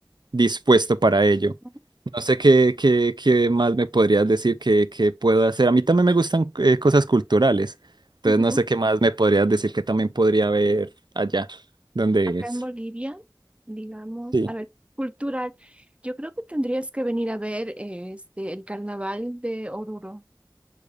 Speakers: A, on the right; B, on the right.
A: dispuesto para ello.
B: Ujú.
A: No sé qué, qué, qué más me podrías decir que, que puedo hacer. A mí también me gustan eh, cosas culturales. Entonces
B: Ujú.
A: no sé qué más me podrías decir que también podría ver allá donde
B: Acá
A: es.
B: en Bolivia, digamos,
A: Sí.
B: a ver, cultural, yo creo que tendrías que venir a ver eh, este el carnaval de Oruro.